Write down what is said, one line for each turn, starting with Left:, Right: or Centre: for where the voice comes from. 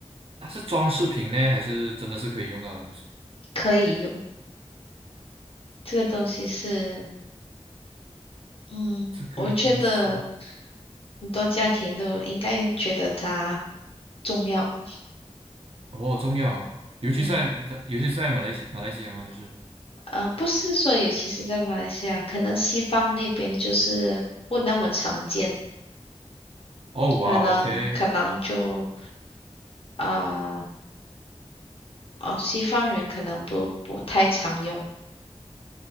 Right: 它是装饰品呢，还是真的是可以用到的东西？
Left: 可以用。这个东西是，嗯，
Right: 这个东西
Left: 我觉得很多家庭都应该觉得它重要。
Right: 哦，中药，尤其是在尤其是在马来西马来西亚吗？
Left: 嗯，
Right: 还是
Left: 呃，不是说，尤其是在马来西亚，可能西方那边就是不那么常见，
Right: 哦，哇哦，OK，
Left: 可能可能就啊、哦，西方人可能不不太常用。